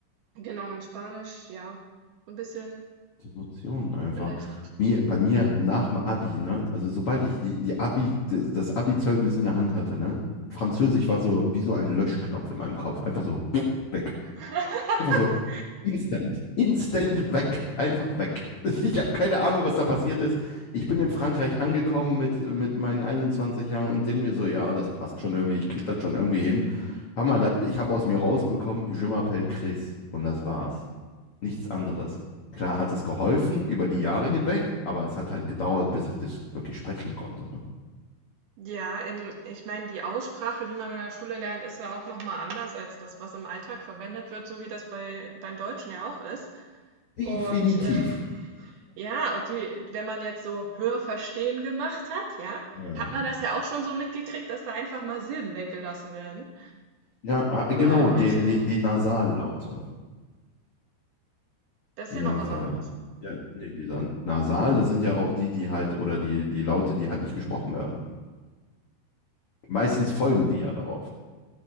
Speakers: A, on the right; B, on the left.
A: genau, in Spanisch, ja, so 'n bisschen
B: Die Notionen einfach.
A: vielleicht
B: Mir, bei mir nach dem Abi, ne? Also sobald ich die, die Abi, das, das Abi-Zeugnis in der Hand hatte, ne? Französisch war so wie so ein Löschknopf in meinem Kopf. Einfach so weg.
A: <laughs>
B: Einfach so instant. Instant weg. Einfach weg. <laughs> Ich habe keine Ahnung, was da passiert ist. Ich bin in Frankreich angekommen mit, mit meinen 21 Jahren und denke mir so, ja, das passt schon irgendwie. Ich krieg das schon irgendwie hin. Hör mal, da- ich habe aus mir rausbekommen, Je m'appelle Chris. Und das war's nichts anderes. Klar hat es geholfen über die Jahre hinweg, aber es hat halt gedauert, bis ich das wirklich sprechen konnte. Ne?
A: Ja, ähm, ich meine, die Aussprache, die man in der Schule lernt, ist ja auch noch mal anders als das, was im Alltag verwendet wird, so wie das bei beim Deutschen ja auch ist.
B: Definitiv.
A: Und, ähm Ja, und die wenn man jetzt so Hörverstehen gemacht hat, ja,
B: Ja.
A: hat man das ja auch schon so mitgekriegt, dass da einfach mal Silben weggelassen werden
B: Ja, ah, genau,
A: oder irgendwelche
B: die, die, die Nasallaute.
A: das ist
B: Die
A: ja
B: Nasal.
A: noch was anderes.
B: Ja, nee, dieser Nasal, das sind ja auch die, die halt, oder die, die Laute, die halt nicht gesprochen werden. Meistens folgen die ja darauf.